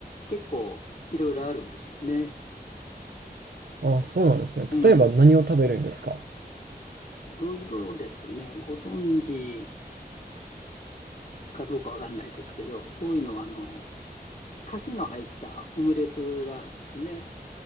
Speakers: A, on the left (about 45°); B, on the right (about 75°).
A: 結構いろいろあるんですよね。
B: ああ、そうなんですね。
A: うん。
B: 例えば何を食べるんですか
A: いろいろですね、ご存知かどうかわかんないですけど、多いのはあの、牡蠣の入ったオムレツがあるんですね。